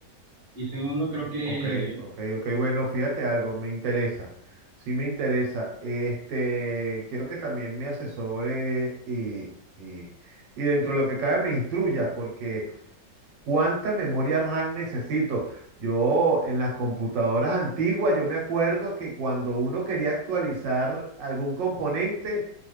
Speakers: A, on the right; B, on the right.
A: y segundo creo que
B: Ok, ok, ok. Bueno, fíjate algo, me interesa. Sí me interesa. Este, quiero que también me asesore y, y, y dentro de lo que cabe me instruya, porque ¿Cuánta memoria RAM necesito? Yo en las computadoras antiguas, yo me acuerdo que cuando uno quería actualizar algún componente,